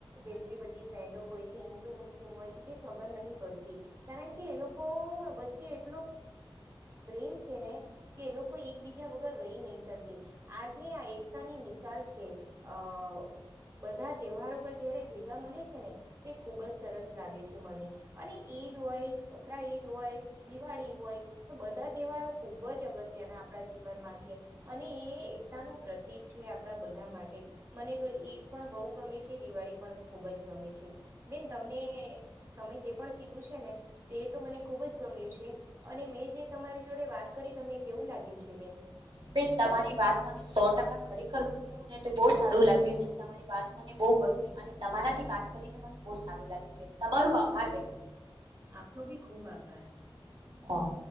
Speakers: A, on the right; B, on the right.
A: જેટલી બધી ફ્રેન્ડો હોય છે, હિન્દુ મુસ્લિમ હોય છે તે ખબર નહીં પડતી કારણ કે એ લોકો વચ્ચે એટલો પ્રેમ છે ને કે એ લોકો એકબીજા વગર રહી નહી શકે આજે આ એકતાની મિસાલ છે, અ બધા તહેવારો પર જયારે ભેગા મળે છે ને તે ખૂબ જ સરસ લાગે છે મને અને ઈદ હોય, બખરા ઈદ હોય, દિવાળી હોય, તો બધા તહેવારો ખૂબ જ અગત્ય આપણા જીવનમાં છે અને એ એકતાનું પ્રતિક છે આપણા બધા માટે મને તો ઈદ પણ બહુ ગમે છે, દિવાળી પણ ખૂબ જ ગમે છે. બેન તમને તમે જે પણ કીધું છે ને તે તો મને ખુબ જ ગમ્યું છે, અને મેં જે તમારી જોડે વાત કરી તમને કેવું લાગ્યું છે બેન
B: બેન તમારી વાત મને સો ટકા ખરેખર ને તો બહ સારું લાગ્યું છે તમારી વાત મને બહુ ગમે અને તમારાથી વાત કરીને મને બહુ સારું લાગ્યું બેન તમારું આભાર બેન.
A: આપનો ભી ખુબ આભાર.
B: હા.